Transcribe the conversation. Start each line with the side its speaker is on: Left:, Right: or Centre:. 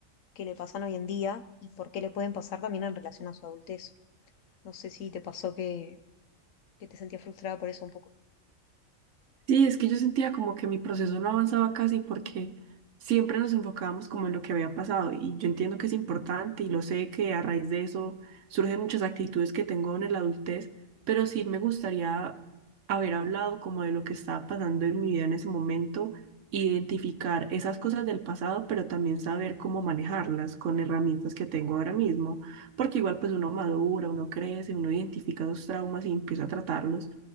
Left: que le pasan hoy en día y por qué le pueden pasar también en relación a su adultez. No sé si te pasó que, que te sentías frustrada por eso un poco.
Right: Sí, es que yo sentía como que mi proceso no avanzaba casi porque siempre nos enfocábamos como en lo que había pasado y yo entiendo que es importante y lo sé que a raíz de eso surgen muchas actitudes que tengo en la adultez, pero sí me gustaría haber hablado como de lo que estaba pasando en mi vida en ese momento, identificar esas cosas del pasado, pero también saber cómo manejarlas con herramientas que tengo ahora mismo, porque igual pues uno madura, uno crece, uno identifica los traumas y empieza a tratarlos.